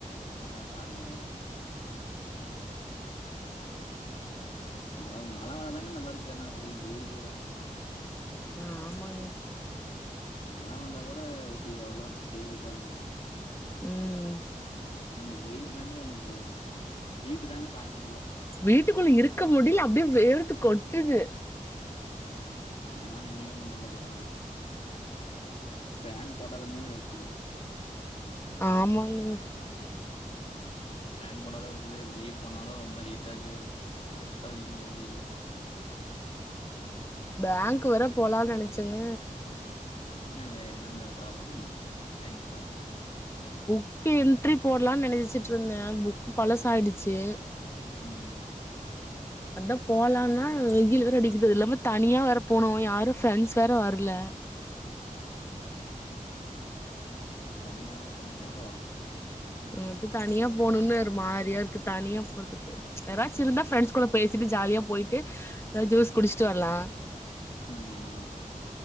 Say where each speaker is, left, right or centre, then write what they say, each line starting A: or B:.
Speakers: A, on the left; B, on the left.
A: அதான் பாருங்களே மழவ மழ வந்தாதாங்க நல்லா இருக்கு ஆனா வெய் வெயிலோட
B: அ ஆமாங்க
A: மழ வந்தா கூட எவ்ளோ தெரிவிக்காதுங்க
B: ம்
A: ஆனா இந்த வெயிலு தாங்க அந்த ஹீட்டு் தாங்க தாங்க முட்ல
B: வீட்டுக்குள்ள இருக்க முடில அப்டியே வேர்த்து கொட்டுது
A: ஆமாங்க என்னங்க பண்றது அப்றோ ஃபேன் போட்டாலுமே வேர்க்குது
B: ஆமாங்ன்னா
A: ஃபேன் போட்டாலு இருக்குது வெளியே போனாலு ரொம்ப ஹீட்டா இக்குது தல வலிக்குது வெயில்ல
B: பேங்க் வேற போலான்னு நெனச்சேங்க
A: என்னங்க என்னங்க ப்ராப்ளம் பேங்க்ல
B: புக்கு என்ட்ரி போடலானு நெனச்சச்சிட்டு இருந்த புக்கு பழசாயிடுச்சு
A: ம்
B: அதா போலான்னா வெயில் வேற அடிக்குது அது இல்லாம தனியா வேற போனு யாரு ஃப்ரெண்ட்ஸ் வேற வர்ல அ
A: தனியா வேற போணுங்ளா
B: வந்து தனியா போணுன்னு ஒரு மாரியா இருக்கு தனியா போறதுக்கு யாராச்சு இருந்தா ஃப்ரெண்ட்ஸ் கூட பேசிட்டு ஜாலியா போயிட்டு எதா ஜூஸ் குடிச்சுட்டு வர்லா
A: ம்